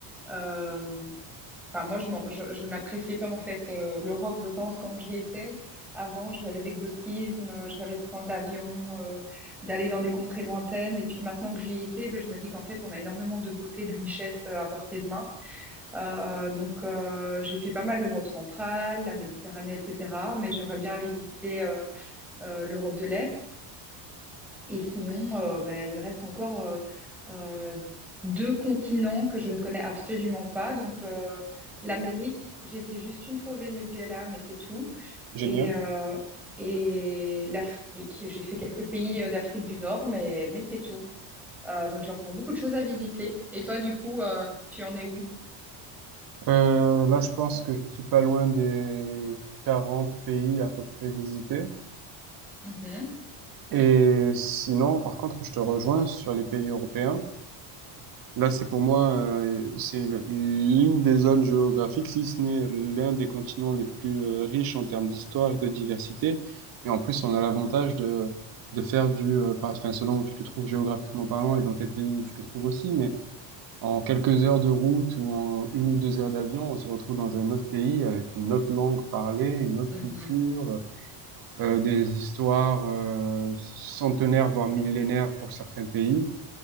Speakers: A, in the centre; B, on the right.
A: euh, Enfin, moi, je m'en- je, je n'appréciais pas en fait euh, l'Europe, je pense, quand j'y étais. Avant, je rêvais d'exotisme, euh, je rêvais de prendre l'avion, euh, d'aller dans des contrées lointaines. Et puis maintenant que j'y étais, ben, je me dis qu'en fait, on a énormément de beauté, de richesse euh, à portée de main. Euh, donc, euh, j'ai fait pas mal l'Europe centrale, la Méditerranée, etc. Mais j'aimerais bien aller visiter euh, euh, l'Europe de l'Est. Et sinon, euh, bah, il me reste encore euh, euh, deux continents que je ne connais absolument pas. Donc, euh, l'Amérique, j'ai été juste une fois au Venezuela, mais c'est tout.
B: Génial.
A: Et, euh, et l'Afrique, j'ai fait quelques pays euh, d'Afrique du Nord, mais, mais c'est tout. Euh, donc, j'ai encore beaucoup de choses à visiter. Et toi, du coup, euh, tu en es où?
B: Euh, là, je pense que je suis pas loin des 40 pays à peu près visités.
A: Mhm,
B: Et sinon, par contre, je te rejoins sur les pays européens. Là, c'est pour moi, euh, c'est l'une des zones géographiques, si ce n'est l'un des continents les plus euh, riches en termes d'histoire et de diversité. Et en plus, on a l'avantage de, de faire du, euh, par- enfin, selon où tu te trouves géographiquement parlant et dans quel pays tu te trouves aussi, mais en quelques heures de route ou en une ou deux heures d'avion, on se retrouve dans un autre pays avec une autre langue parlée, une autre
A: mhm,
B: culture, euh, des histoires, euh, centenaires, voire millénaires pour certains pays.